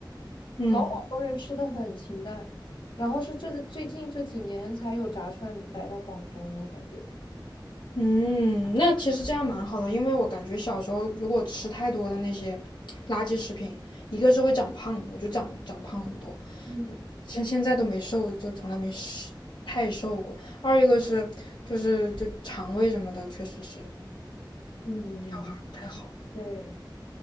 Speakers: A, on the left; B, on the left.
A: 嗯
B: 老广东人吃的很清淡，然后是这最近这几年才有炸串来到广东，我感觉。
A: 嗯，那其实这样蛮好的，因为我感觉小时候如果吃太多的那些垃圾食品，一个是会长胖，我就长长胖很多。
B: 嗯
A: 像现在都没瘦，就从来没瘦太瘦过。二一个是就是就肠胃什么的，确实是
B: 嗯嗯嗯，
A: 不太好。
B: 对，